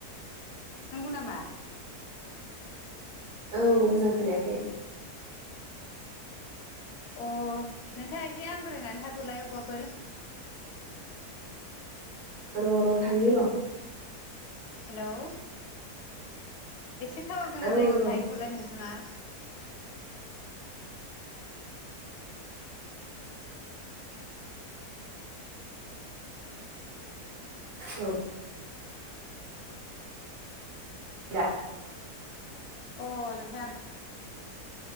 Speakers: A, on the left; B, on the right.
A: नंगौ नामा
B: औ मोजां खोनायाखै
A: अ नोंथाङा एसे आन्ज्रायनानै थाथलाय अबावबाफोर
B: र र थांनि र
A: हेलौ एसे थावार गोनां
B: औ
A: जायगायाव
B: र'
A: थाहैथलाय नोंथाङा
B: औ दा
A: अ नोंथां